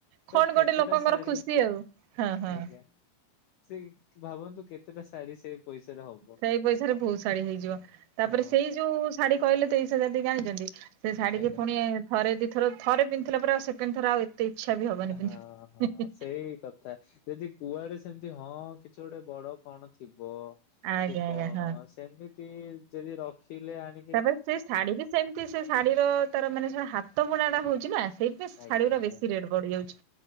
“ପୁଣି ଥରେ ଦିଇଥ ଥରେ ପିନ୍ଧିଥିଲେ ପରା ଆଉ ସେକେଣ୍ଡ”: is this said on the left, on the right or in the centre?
Right